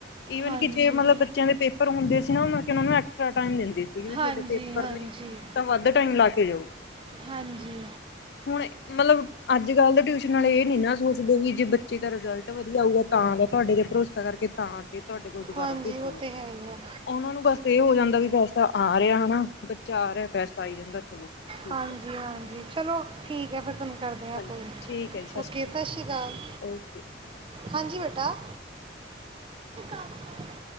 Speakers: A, on the left; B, on the right.
A: ਈਵਨ
B: ਹਾਂਜੀ
A: ਕਿ ਜੇ ਮਤਲਬ ਬੱਚਿਆਂ ਦੇ ਪੇਪਰ ਹੁੰਦੇ ਸੀ ਨਾ ਉਹਨਾ ਨੂੰ ਐਕਸਟਰਾ ਟਮ ਦਿੰਦੇ ਸੀਗੀ ਵੀ
B: ਹਾਂਜੀ
A: ਤੁਹਾਡੇ ਪੇਪਰ ਨੇ ਤਾਂ ਵੱਧ ਟਾਈਮ ਲਾ ਕੇ ਜਾਓ।
B: ਹਾਂਜੀ
A: ਹੁਣ ਮਤਲਬ ਅੱਜ ਕੱਲ ਦੇ ਟਿਊਸ਼ਨ ਵਾਲੇ ਇਹ ਨੀ ਨਾ ਸੋਚਦੇ ਵੀ ਜੇ ਬਚ ਚੇ ਦਾ ਰਿਜ਼ਲਟ ਵਧੀਆ ਆਊਗਾ ਤਾਂ ਲ ਤੁਹਾਡੇ ਤੇ ਭਰੋਸਾ ਕਰਕੇ ਤਾਂ ਆ ਕੇ ਤੁਹਾਡੇ ਕੋਲ ਦੁਬਾਰਾ
B: ਹਾਂਜੀ
A: ਭੇਜੂਗਾ
B: ਉਹ ਤੇ ਹੈ ਹੀ ਆ
A: ਉਹਨਾਂ ਨੂੰ ਬਸ ਇਹ ਹੋ ਜਾਂਦਾ ਵੀ ਪੈਸਾ ਆ ਰਿਹਾ ਹਨਾ ਬ ਚਾਰ ਹੈ ਪੈਸਾ ਆਈ ਜਾਂਦਾ। ਚਲੋ ਠੀਕ
B: ਹਾਂਜੀ-ਹਾਂਜੀ।
A: ਹੈ।
B: ਚਲੋ, ਠੀਕ ਹੈ ਫਿਰ ਤੁਹਾਨੂੰ ਕਰਦੇ ਹਾਂ
A: ਹਾਂਜੀ
B: ਕਾਲ,
A: ਠੀਕ ਹੈ ਜੀ
B: ਓਕੇ ਸਤਿ ਸ਼੍ਰੀ ਅਕਾਲ,
A: ਓਕੇ
B: ਹਾਂਜੀ ਬੇਟਾ <unintelligible>